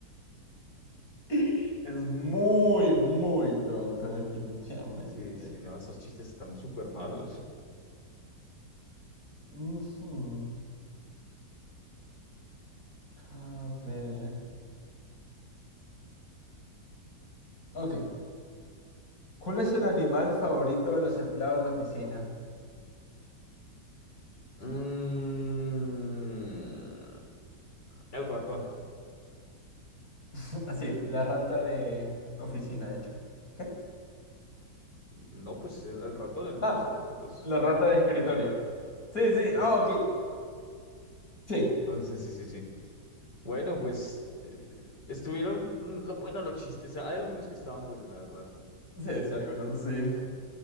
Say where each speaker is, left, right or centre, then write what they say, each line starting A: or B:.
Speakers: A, on the left (about 50°); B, on the left (about 65°).
A: Es muy, muy tonto, definitivamente.
B: Sí, sí, no, estos chistes están súper malos.
A: Ujú. A ver. Ok. ¿Cuál es el animal favorito de los empleados de oficina?
B: Mm, El ratón.
A: <laughs> Así, la rata de oficina, de hecho. ¿Qué? Oh,
B: No, pues el, el ratón, el mouse,
A: Ah,
B: no, porque pues.
A: la rata de escritorio. Sí, sí.
B: mm,
A: Ah, ok. Sí.
B: No, sí, sí, sí, sí. Bueno, pues eh, estuvieron mm, lo bueno los chistes. Hay algunos que estaban buenos, la verdad.
A: Sí, sí, algunos sí.